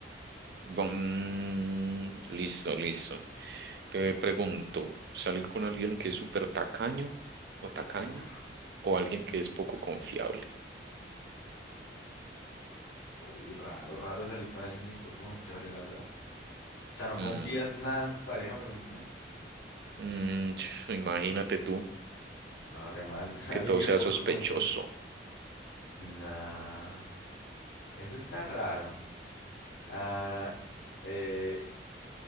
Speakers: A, on the right (about 60°); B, on the left (about 80°).
A: Mm, listo, listo. Te pregunto, ¿salir con alguien que es súper tacaño o tacaña
B: Uf,
A: o alguien que es poco confiable?
B: uy, raro, raro salir con alguien que es poco confiable, la verdad. O sea, ¿no confías
A: Mm,
B: nada en tu pareja, por ejemplo?
A: mm, ch, imagínate tú
B: No, re mal. <laughs> Alguien
A: que todo
B: que
A: sea
B: es poco
A: sospechoso.
B: confiable. Nah, eso está raro. Ah, eh,